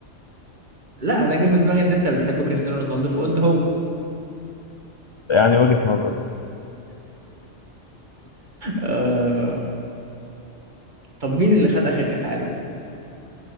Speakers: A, on the right; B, on the left.
A: لا أنا جه في دماغي إن أنت بتحب كريستيانو رونالدو فقلت هو
B: يعني وجهه نظر
A: آه... طب مين اللي خد آخر كأس عالم؟